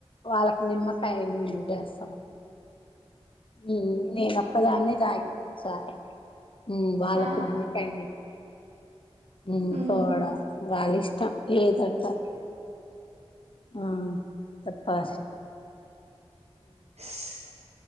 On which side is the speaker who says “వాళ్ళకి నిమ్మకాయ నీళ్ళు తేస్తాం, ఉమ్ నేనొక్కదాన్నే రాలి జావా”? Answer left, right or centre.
Left